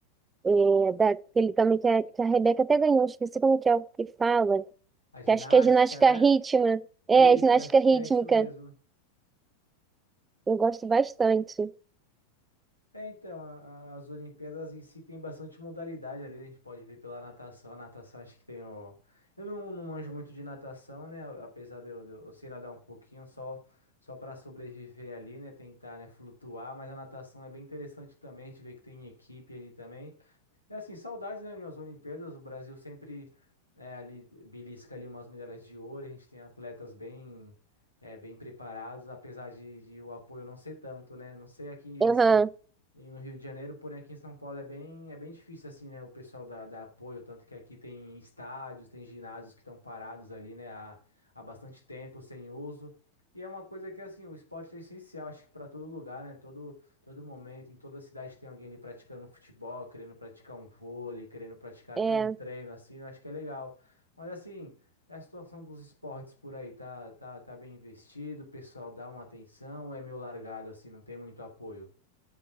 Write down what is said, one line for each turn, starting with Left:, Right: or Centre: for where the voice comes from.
Right: é, daquele também que a, que a Rebeca até ganhou, esqueci como que é o que fala,
Left: A ginástica,
Right: que acho que é ginástica
Left: né?
Right: rítmica.
Left: Isso,
Right: É, ginástica
Left: acho
Right: rítmica.
Left: que é isso mesmo.
Right: Eu gosto bastante.
Left: É, então, a- a- as Olimpíadas em si tem bastante modalidade ali, a gente pode ver pela natação, a natação acho que tem o... Eu não, não manjo muito de natação, né, a- apesar de eu, de eu eu sei nadar um pouquinho, só, só para sobreviver ali, né, tentar, né, flutuar, mas a natação é bem interessante também, a gente vê que tem equipe ali também, é assim, saudades, né, minhas Olimpíadas, o Brasil sempre é, ali belisca ali umas medalhas de ouro, a gente tem atletas bem é, bem preparados, apesar de, de o apoio não ser tanto, né? Não sei aqui assim
Right: Aham,
Left: e no Rio de Janeiro, porém aqui em São Paulo é bem é bem difícil assim, né, o pessoal da, da apoio, tanto que aqui tem estádios, tem ginásios que estão parados ali, né, há, há bastante tempo sem uso. E é uma coisa que assim, o esporte é essencial, acho que para todo lugar, né? todo Todo momento, em toda cidade tem alguém ali praticando um futebol, querendo praticar um vôlei, querendo praticar
Right: é.
Left: até um treino, assim, eu acho que é legal. Mas assim, a situação dos esportes por aí tá, tá, tá bem investido, o pessoal dá uma atenção, ou é meio largado, assim, não tem muito apoio?